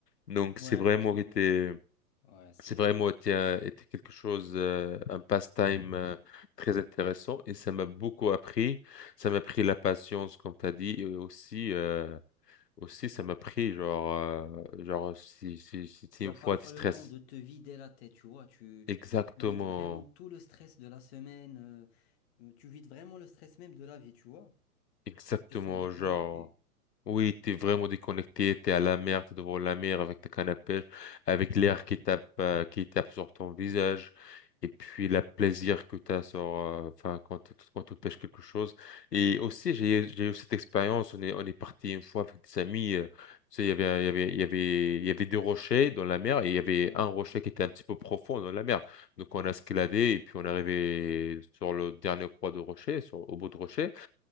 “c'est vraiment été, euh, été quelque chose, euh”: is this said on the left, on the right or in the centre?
Left